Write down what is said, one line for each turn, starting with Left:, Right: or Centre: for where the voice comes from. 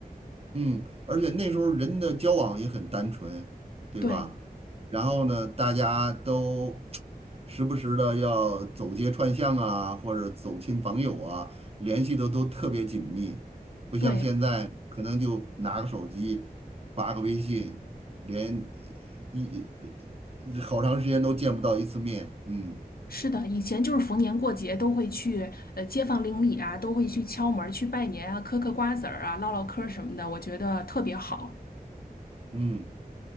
Right: 嗯，而且那时候人的交往也很单纯，对吧？
Left: 对
Right: 然后呢，大家都时不时的要走街串巷啊，或者走亲访友啊，联系的都特别紧密，不像现在可能就拿个手机发个微信，
Left: 对，
Right: 连一好长时间都见不到一次面，嗯
Left: 是的，以前就是逢年过节都会去呃街坊邻里啊，都会去敲门儿、去拜年啊，嗑嗑瓜子儿啊，唠唠嗑儿什么的，我觉得特别好。
Right: 嗯，